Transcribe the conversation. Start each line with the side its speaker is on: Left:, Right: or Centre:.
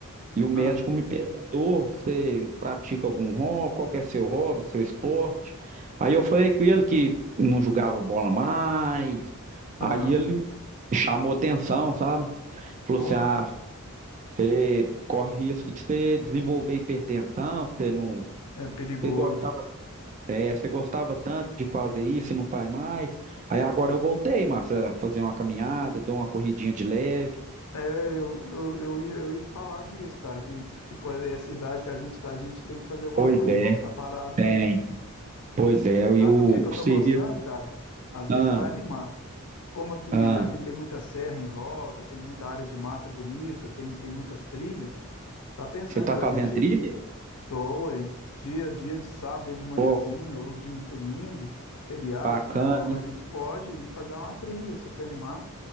Right: E o médico
Left: Ah,
Right: me perguntou: você pratica algum hobby? Qual que é seu hobby, seu esporte? Aí eu falei com ele que não jogava bola mais.
Left: ah,
Right: Aí ele me chamou atenção, sabe? Falou
Left: ó,
Right: assim: ah, você corre risco de você desenvolver hipertensão, você não.
Left: é perigoso.
Right: Você gostava, é, você gostava tanto de fazer isso e não faz mais. Aí agora eu voltei, massa, a fazer uma caminhada, dou uma corridinha de leve.
Left: É, eu, eu, eu ia, eu ia te falar disso, cara, que, tipo, é essa idade que a gente tá, a gente tem que fazer alguma
Right: Pois
Left: coisa,
Right: é,
Left: não pode ficar parado,
Right: tem.
Left: não.
Right: Pois é, e
Left: Sabe
Right: o,
Left: o que que eu
Right: o
Left: tô
Right: serviço.
Left: gostando, cara? Às vezes
Right: Ah.
Left: você vai animar. Como aqui
Right: Ah,
Left: a gente tem muita serra em volta, tem muita área de mata bonita, tem, tem muitas trilhas, tá pensando,
Right: você está
Left: cara,
Right: fazendo
Left: a gente
Right: trilha?
Left: doa hein? dia, dia de sábado aí de manhãzinho,
Right: Pô,
Left: ou de domingo, feriado,
Right: bacana.
Left: que tiver alguma coisa,
Right: hein?
Left: a gente pode ir fazer uma trilha, se você animar.